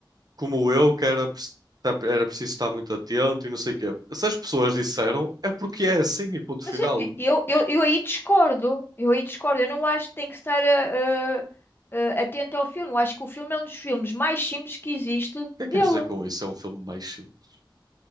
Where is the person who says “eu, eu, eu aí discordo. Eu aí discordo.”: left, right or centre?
Left